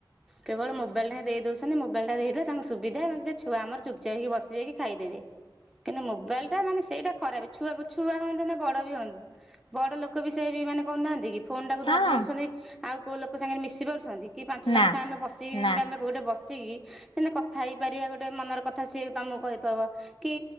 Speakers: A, in the centre; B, on the left.
A: କେବଳ ମୋବାଇଲ ଟା ଦେଇ ଦଉଛନ୍ତି ମୋବାଇଲ ଟା ଦେଇଦେଲେ ତାଙ୍କୁ ସୁବିଧା ଛୁଆ ଆମର ଚୁପଚାପ୍ ହେଇକି ବସ କି ଖାଇଦେବେ। କିନ୍ତୁ ମୋବାଇଲ ଟା ମାନେ ସେଇଟା ଖରାପ ଛୁଆ ଛୁଆ ହୁଅନ୍ତୁ ନା ବଡ ବି ହୁଅନ୍ତୁ ବଡ ଲୋକ ବି ସେଇଆ ବି ମାନେ କରୁନାହାନ୍ତି କି। ଫୋନ ଟାକୁ
B: ହଁ
A: ଧରିଦଉଛନ୍ତି ଆଉ କୋଉ ଲୋକ ସାଙ୍ଗେରେ ମିଶି ପାରୁଛନ୍ତି କି ପାଞ୍ଚ
B: ନା
A: ଜଣ ସାଙ୍ଗ ଆମେ ବସିକି ଯେମିତି
B: ନା
A: ଆମେ ଗୋଟେ ବସିକି ଯେମତି କଥା ହେଇପାରିବା ଗୋଟେ ମନର କଥା ସିଏ ତମକୁ କହିଥବ କି